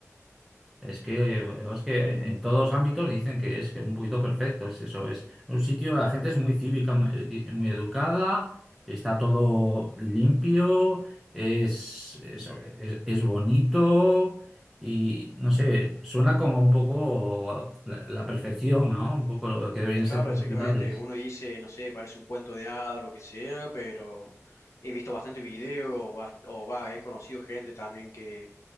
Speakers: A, in the centre; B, on the left (about 70°).
A: Es que, es que en todos los ámbitos dicen que es que un poquito perfecto, es eso, es un sitio, la gente es muy cívica, muy, muy educada, está todo limpio, es, eso, es, es bonito y no sé, suena como un poco la, la perfección, ¿no? Un poco lo que deberían ser
B: Claro,
A: las
B: exactamente,
A: ciudades.
B: uno dice, no sé, parece un cuento de hadas, lo que sea, pero he visto bastante video bast- o va, he conocido gente también que,